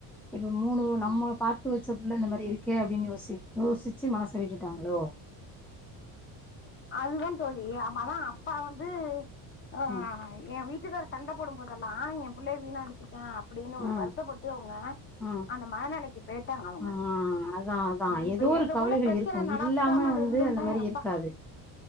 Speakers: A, in the centre; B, on the left.
A: இப்ப மூணு
B: ம்
A: நம்ம பாத்து வச்ச புள்ள இந்த மாரி இருக்கே அப்டின்னு யோசி யோசிச்சி மனச விட்டுட்டாங்களோ விட்டுட்டாங்களோ
B: அதுதா தோழி அமா அதா அப்பா வந்து அ
A: ம்
B: எ வீட் வீட்டுக்காரு சண்ட போடு போதெல்லா எ புள்ளய வீணா அடிச்சிட்ட அப்படின்னு ஒரு
A: ஆ
B: வருத்தப்பட்டு அவங்க
A: ஆ
B: அந்த மனநிலைக்கு போயிட்டாங்க அவுங்க
A: ஆ அதா அதா
B: இப்ப
A: ஏதோ
B: எங்ககுள்ள
A: ஒரு கவலைகள்
B: பிர
A: இருக்கு
B: பிரச்சன நடக்காம
A: இல்லாம வந்து
B: இருந்திருந்தா
A: அந்த மாரி
B: எங்கப்பா
A: இருக்காது